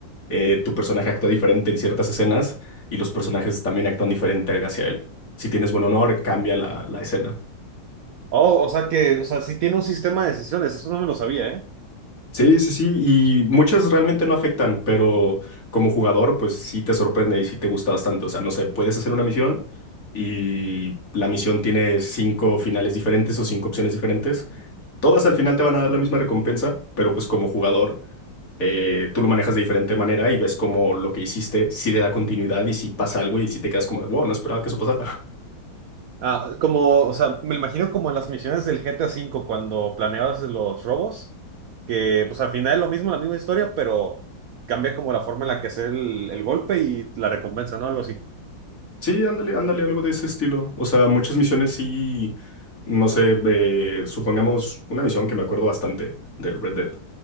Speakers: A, on the left (about 45°); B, on the right (about 70°).
A: eh, tu personaje actúa diferente en ciertas escenas y los personajes también actúan diferente hacia él. Si tienes buen honor, cambia la, la escena.
B: Oh, o sea que, o sea, sí tiene un sistema de decisiones, eso no me lo sabía, ¿eh?
A: Sí, sí, sí, y muchas realmente no afectan, pero como jugador, pues sí te sorprende y sí te gusta bastante. O sea, no sé, puedes hacer una misión y la misión tiene cinco finales diferentes o cinco opciones diferentes. Todas al final te van a dar la misma recompensa, pero pues como jugador, eh, tú lo manejas de diferente manera y ves como lo que hiciste sí le da continuidad y si pasa algo y si te quedas como de, wow, no esperaba que eso pasara.
B: Ah, como, o sea, me imagino como en las misiones del GTA V cuando planeabas los robos, que pues al final es lo mismo, la misma historia, pero cambia como la forma en la que hacer el, el golpe y la recompensa, ¿no? Algo así.
A: Sí, ándale, ándale, algo de ese estilo. O sea, muchas misiones sí, no sé, de, supongamos una misión que me acuerdo bastante del Red Dead.